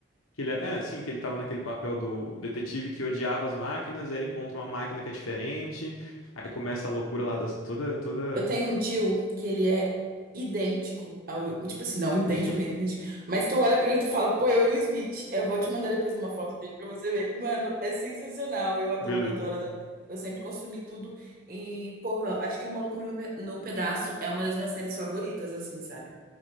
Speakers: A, on the left (about 90°); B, on the right (about 45°).
A: Que ele é, é, sim, que ele tava naquele papel do detetive que odiava as máquinas, aí ele encontra uma máquina que é diferente, aí começa a loucura lá das toda toda
B: Eu tenho um tio que ele é idêntico ao. Tipo assim, não, idêntico,
A: <laughs>
B: idêntico, idêntico. Mas tu olha pra ele e tu fala, pô, eu o Will Smith. Eu vou te mandar depois uma foto dele pra você ver. Mano, é sensacional. Eu adoro,
A: Beleza.
B: adoro, adoro. Eu sempre consumi tudo. E, porra, acho que O Maluco no, Meu Pe- no Pedaço é uma das minhas séries favoritas, assim, sabe?